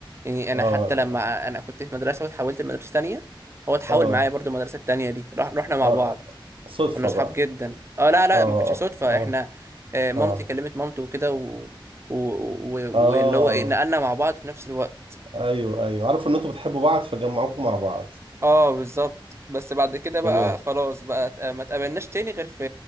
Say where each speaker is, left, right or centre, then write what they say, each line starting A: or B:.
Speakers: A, on the right (about 30°); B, on the right (about 85°).
A: يعني
B: اه
A: انا حتى لما انا كنت في مدرسه واتحولت لمدرسه تانية هو اتحول
B: اه
A: معايا برضو المدرسه التانية دي رح- رحنا مع
B: اه
A: بعض
B: صدفة
A: كنا اصحاب
B: بقى
A: جدا اه لا لا
B: اه
A: ما كانتش صدفه
B: اه
A: احنا آه، مامتي
B: اه
A: كلمت مامته وكده و... و... و...
B: اه
A: واللي هو ايه نقلنا مع بعض في نفس الوقت
B: ايوه ايوه عارفوا ان انتوا بتحبوا بعض فجمعوكم مع بعض
A: اه بالظبط بس بعد كده بقى
B: تمام
A: خلاص بقى ت- ما اتقابلناش تاني غير في